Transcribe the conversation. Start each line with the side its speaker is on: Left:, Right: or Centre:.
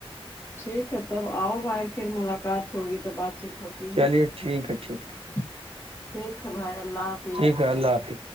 Left: ٹھیک ہے تب آؤ بھائی پھر ملاقات ہوگی تو بات چیت ہوتی
Right: چلیے
Left: ہے
Right: ٹھیک ہے ٹھیک
Left: ٹھیک ہے بھائی اللہ حافظ
Right: ٹھیک
Left: <unintelligible>
Right: ہے اللہ حافظ